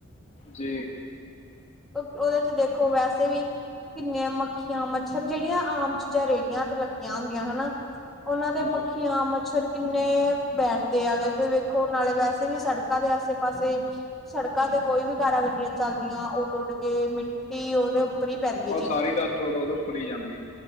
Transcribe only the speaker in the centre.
ਉਹਦੇ ਚ ਦੇਖੋ ਵੈਸੇ ਵੀ ਕਿੰਨੇ ਮੱਖੀਆਂ ਮੱਛਰ ਜਿਹੜੀਆਂ ਆਮ ਚੀਜ਼ਾਂ ਰੇਹੜੀਆਂ ਤੇ ਲੱਗੀਆਂੱ ਹੁੰਦੀਆਂ ਹਨਾ। ਉਹਨਾਂ ਦੇ
ਮੱਖੀਆਂ ਮੱਛਰ ਕਿੰਨੇ ਬੈਠਦੇ ਆ ਗਏ ਤੇ ਵੇਖੋ ਨਾਲੇ ਵੈਸੇ ਵੀ ਸੜਕ ਸੜਕਾਂ ਦੇ ਆਸੇ ਪਾਸੇ ਸੜਕਾਂ ਤੇ ਕੋਈ ਵੀ ਕਾਰਾਂ ਗੱਡੀਆਂ ਚੱਲਦੀਆਂ ਉਹ। ਉੱੜਗ ਮਿੱਟੀ ਉਹਦੇ ਹੀ ਪੈਂਦੀ ਹੈ